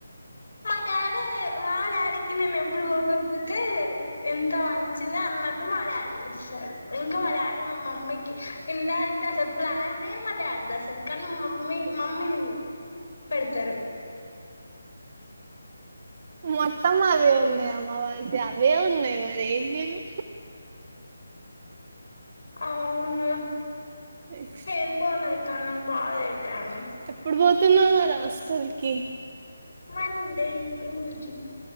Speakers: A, on the left; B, on the right.
A: మా డాడీ మా డాడికి నేను ఎప్పుడు పోకపోతే ఎంత మంచిది అన్నట్ మా డాడీ చూస్తడు ఇంక మా డాడీ మా మమ్మీకి ఇండైరెక్ట్ గా అసలు ప్లాన్ నే మా డాడీ ది అసలు కానీ మమ్మీ మమ్మీని పెడతారు
B: మొత్తం అవే ఉన్నాయి అమ్మవాస్యా అవే ఉన్నాయి మరి ఏం చేయను
A: అవును
B: నెక్స్ట్
A: హెర్ ఫాల్ అయితాంది బాగా అయితాంది
B: ఎప్పుడు పోతున్నవ్ మరి హాస్టల్ కి
A: మండే ట్యూస్